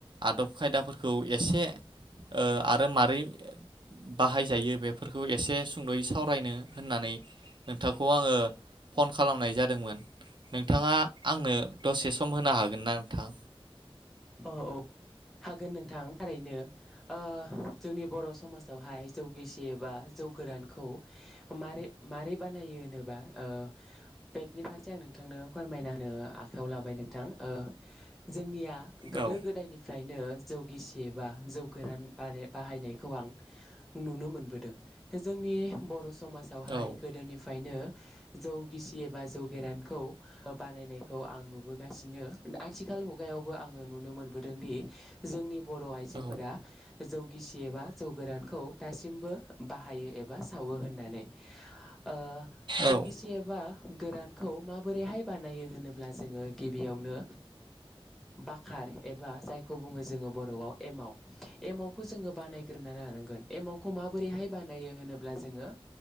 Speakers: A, on the right; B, in the centre.
A: आदब खायदाफोरखौ एसे ओ आरो मारै बाहायजायो बेफोरखौ एसे सुंद'यै सावरायनो होननानै नोंथांखौ आङो फन खालामनाय जादोंमोन नोंथाङा आंनो दसे सम होनो हागोन ना नोंथां
B: औ औ हागोन नोंथां थारैनो ओ जोंनि बर' समाजावहाय जौगिसिबा जौ गोरानखौ मारै मारै बानायो होनोबा ओ बेनि फारसे आं नोंथांनो फोरमायना होनो आखायाव लाबाय नोंथां ओ जोंनिया गोदो
A: औ
B: गोदायनिफ्रायनो जौ गिबि एबा जौ गोरान बाहाय बाहायनायखौ आं नुनो मोनबोदों दा जोंनि बर' समाजाव समाजावहाय
A: औ
B: गोदोनिफ्रायनो जौ गिसि एबा जौ गोरानखौ बानायनायखौ आं नुबोगासिनो आथिखाल मुगायावबो आं ओ नुनो मोनबोदों दि जोंनि बर' आइजोफोरा
A: औ
B: जौ गिसि एबा जौ गोरान खौ दासिमबो बाहायो एबा सावो होननानै आ जौ
A: औ
B: गिसि एबा गोरानखौ माबोरैहाय बानायो होनोब्ला जोङो गिबियावनो बाखार एबा जायखौ बुङो जोङो बर'आव एमाव एमाव खौ जोङो बानायग्रोना लानांगोन एमावखौ माबोरैहाय बानायो होनोब्ला जोङो